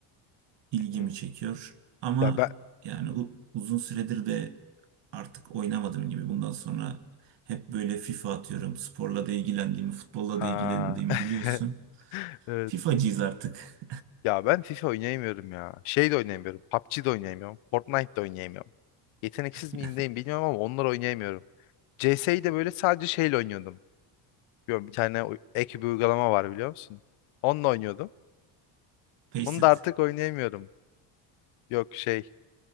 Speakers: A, on the right (about 55°); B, on the left (about 80°).
A: ilgimi
B: Hmm.
A: çekiyor. Ama
B: Ya ben
A: yani u- uzun süredir de artık oynamadığım gibi bundan sonra hep böyle FIFA atıyorum. Sporla da ilgilendiğimi, futbolla
B: Aa.
A: da ilgilendiğimi
B: <laughs>
A: biliyorsun.
B: Evet.
A: FIFA'cıyız artık.
B: Ya ben FIFA oynayamıyorum ya. Şey de oynayamıyorum. PUBG de oynayamıyorum. Fortnite de oynayamıyorum. Yeteneksiz
A: <laughs>
B: miyim neyim bilmiyorum ama onları oynayamıyorum. CS'yi de böyle sadece şeyle oynuyordum. Biliyorum, bir tane u- ek bir uygulama var biliyor musun? Onunla oynuyordum.
A: Pace
B: Bunu
A: it.
B: da artık oynayamıyorum. Yok şey